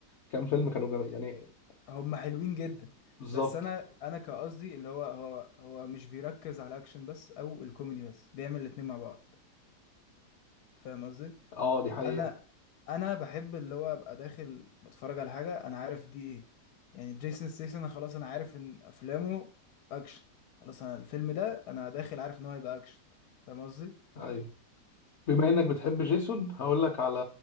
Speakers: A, on the left; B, on the left.
A: كام فيلم كانوا جم... يعني
B: هم حلوين جدا
A: بالظبط
B: بس انا انا كقصدي اللي هو هو هو مش بيركز على الاكشن بس او الكوميدي بس بيعمل الاتنين مع بعض فاهم قصدي
A: اه دي حقيقة
B: انا انا بحب اللي هو ابقى داخل بتفرج على حاجه انا عارف دي ايه يعني جيسون ستاثام انا خلاص انا عارف ان افلامه اكشن خلاص انا الفيلم ده انا داخل عارف ان هو هيبقى اكشن فاهم قصدي
A: أيوه بما إنك بتحب جيسون هقول لك على